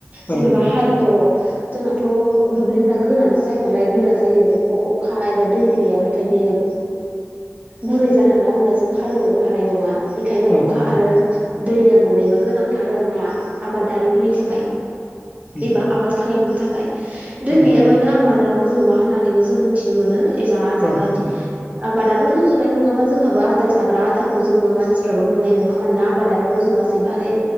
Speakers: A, on the left; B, on the right.
A: औ
B: जेन'बा
A: नोंथां
B: हाल औ जोंनाथ' दुब्लिफ्रा गोरानसो जायो नालाय गोरा जायो बेखौ अखा एबा दै गैयाबाथाय बेयो गुरै जालाना अब्ला जों हालेवनोबो हानाय नङा बेखायनो
A: नोंथां
B: अखा
A: औ
B: आरो दैया मोननैबो गोनांथार आरोना आबादारिफोरनि थाखाय
A: औ
B: एबा आबाद खालामनो थाखाय दै
A: नोंथां
B: गैयाबानो
A: औ
B: आबादा रज'आ होननानैबो जों मोनथिनो मोनो बा
A: औ
B: जाबादि
A: नोंथां औ नोंथां औ
B: आबादानो रजनाय नङाबा जोंहाबो आदार जाग्रा आदारखौ जोङो मानसिफ्राबो मोननाय नङा मानोना आबादानो रजवा सैबालाय